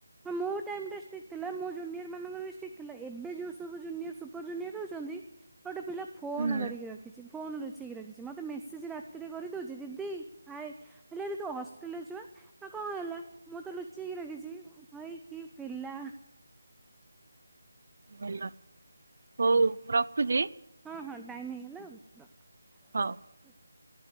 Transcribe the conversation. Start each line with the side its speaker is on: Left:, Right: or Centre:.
Centre: ମୋ ଟାଇମ ଷ୍ଟ୍ରିକ ଥିଲା ମୋ ଯୋନିୟର ମାନଙ୍କର ଠିକ ଥିଲା ଏବେ ଯୋଉ ସବୁ ଜୁନିୟର ସୁପର ଜୁନିୟର ରହୁଛନ୍ତି। ଗୋଟେ ପିଲା ଫୋନ
Right: ହୁଁ
Centre: ଧରିକି ରଖିଛି। ଫୋନ୍ ଲୁଚେଇକିଖିଛି ମତେ ମେସେଜ ରାତିରେ କରି ଛି ଦିଦି ଆଏ ହେଲେ ଆରେ ତୁ ହଷ୍ଟେଲରେ ଯୁଆ ଆ କଣ ହେଲା ମୁଁ ତ ଲୁଚେଇକି ରଖିଛି ହେଇକ ପିଲା
Right: ଭଲ।
Centre: ହଁ
Right: ହଉ ରଖୁଛି।
Centre: ହଁ ହଁ ଟାଇମ ହେଇଗଲା ଆଉ ରଖ।
Right: ହଉ।
Centre: ହୁ <inaudible>